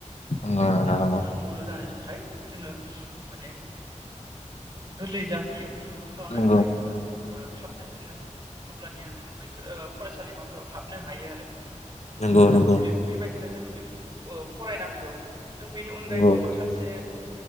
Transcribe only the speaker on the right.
आमबा
फोरोंगुरु जानो थाखाय जोङो। माने गोरलै जाहैयो। बेफोरखौ खालामनानै
लायोब्ला आ थाबनो जोङो अब्लानिया जोङो बैफोर ओ फसालिमाफोराव हाबनो हायो आरो।
आ
बे-बेबायदिनो जोङो बेफोरखौ अ फरायनांगौ नों बेनि अनगायैबो
माखासे